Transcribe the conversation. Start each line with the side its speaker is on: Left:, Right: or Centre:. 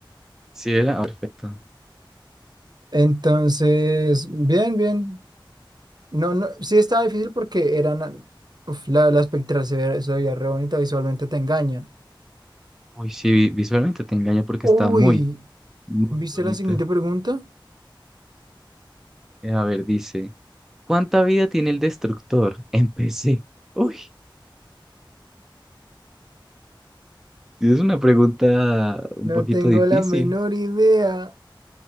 Centre: Sí, era ah, perfecto.
Right: Entonces, bien, bien. No, no, sí estaba difícil porque eran. Uf, la, la espectral se veía, se veía re bonita, visualmente te engaña.
Centre: Uy, sí, vi- visualmente te engaña porque
Right: Uy,
Centre: está muy, muy
Right: ¿viste
Centre: bonita.
Right: la siguiente pregunta?
Centre: Eh, A ver, dice, ¿cuánta vida tiene el destructor? Empecé. Uy, sí, es una pregunta un
Right: No
Centre: poquito
Right: tengo
Centre: difícil.
Right: la menor idea.